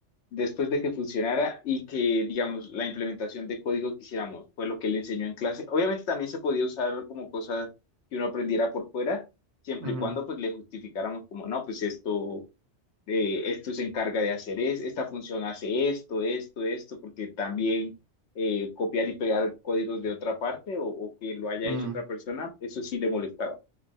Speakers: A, on the left (about 80°); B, on the right (about 70°).
A: después de que funcionara y que, digamos, la implementación de código que hiciéramos fue lo que le enseñó en clase. Obviamente también se podía usar como cosas que uno aprendiera por fuera, siempre
B: mm,
A: y cuando pues le justificáramos como, no, pues esto, eh, esto se encarga de hacer es, esta función hace esto, esto, esto, porque también eh, copiar y pegar códigos de otra parte o, o que lo haya
B: ujú,
A: hecho
B: mm.
A: otra persona, eso sí le molestaba.